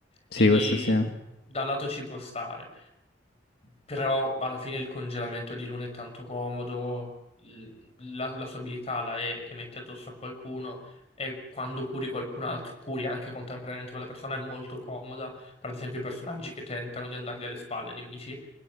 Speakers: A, on the left; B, on the left.
A: sì,
B: Quindi
A: questo sì.
B: da un lato ci può stare, però alla fine il congelamento di Luna è tanto comodo, l- la, la sua abilità la è che metti addosso a qualcuno e quando curi qualcun altro, curi anche contemporaneamente quella persona, è molto comoda, per ad esempio i personaggi che tentano di andargli alle spalle, ai nemici,